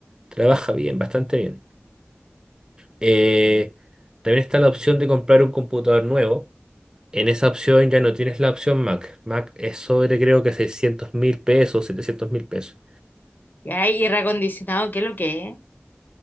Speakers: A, on the right; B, on the left.
A: trabaja bien, bastante bien. Eh, también está la opción de comprar un computador nuevo. En esa opción ya no tienes la opción Mac. Mac es sobre creo que 600 mil pesos, setecientos mil pesos.
B: Y ahí, y acondicionado, ¿qué es lo que es?